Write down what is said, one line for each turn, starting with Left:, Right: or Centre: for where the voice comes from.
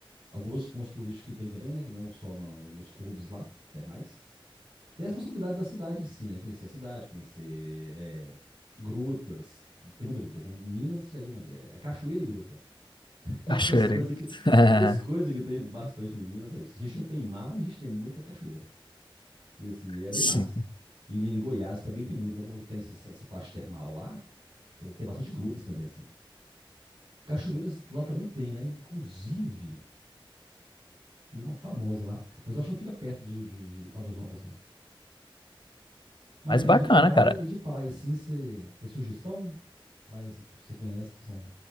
Right: alguns pontos turísticos que tem também, né? Que não só no- no- nos clubes lá, termais. Tem as possibilidades da cidade em si, né? Conhecer a cidade, conhecer é, grutas. que Tem muitas grutas, né? Em Minas, você já viu como é que é? É cachoeira e gruta. <laughs>
Left: Cachoeira.
Right: Duas coisas que,
Left: <laughs>
Right: duas coisas que tem bastante em Minas é isso. A gente não tem mar, mas a gente tem muita cachoeira. E assim, é bem
Left: Sim,
Right: massa. E em Goiás também tem muito, né? Como tem essa, essa parte termal lá, tá- tem bastante grutas também, assim. Cachoeiras lá também tem, né? Inclusive, tem uma famosa lá, mas eu acho que não fica perto de, de, de Caldas Novas, não. Mas
Left: mas
Right: e
Left: bacana,
Right: aí, de praia,
Left: cara.
Right: e de praia, assim, você tem sugestão? Praias que você conhece que são